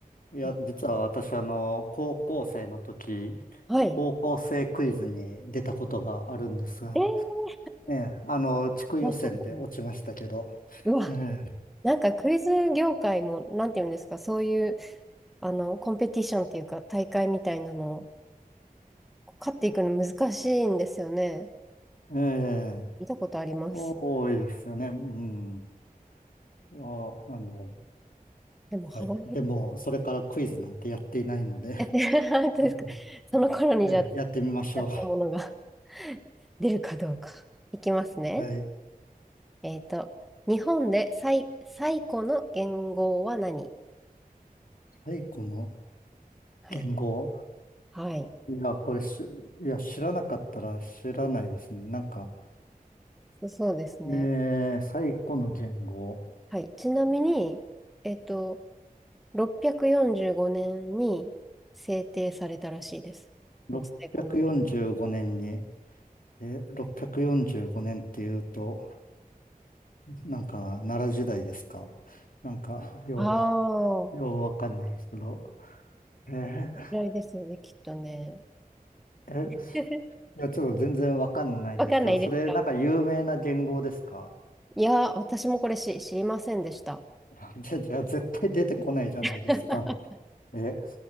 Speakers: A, on the left (about 65°); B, in the centre.
A: いや、
B: え
A: 実は私、あの、高校生の時、
B: はい。
A: 高校生クイズに出たことがあるんですが、
B: えー、
A: ええ、あの、地区予選で落ちましたけど、
B: まさかの。うわ、
A: え
B: なんかクイズ業界も、なんていうんですか、そういう、あの、コンペティションっていうか、大会みたいなの、こう勝っていくの難しいんですよね。
A: え、ええ、
B: 見たことあります。
A: 多いですよね。うん。いや、あの、
B: でも幅広い。
A: はい。でも、それからクイズなんてやっていないので、
B: え、<laughs> 本当ですか。
A: うん
B: その頃にじゃあ、
A: ええ、
B: だ
A: やってみましょう。
B: ったものが <laughs> 出るかどうか。いきますね。
A: はい。
B: えっと、日本で最、最古の元号は何
A: 最古の
B: はい。
A: 言語。
B: はい。
A: いや、これし、いや、知らなかったら知らないですね。なんか、
B: そそうですね。
A: えー、最古の言語、
B: はい。ちなみに、えっと、645年に制定されたらしいです。
A: 645年に、
B: この最古の元
A: えー、645年っていうと、なんか、奈良時代ですか。なんか、よ
B: 号。ああ、こ
A: う、ようわかんないですけど、えー、
B: れらいですよね、きっとね。
A: え、
B: <laughs>
A: いや、ちょっと全然わかんないんですけど、
B: わかんないですか
A: それ、なんか有名な言語ですか。
B: いや、私もこれし知りませんでした。
A: <laughs> じゃ、じゃ、絶対出てこないじゃないですか。
B: <laughs>
A: え、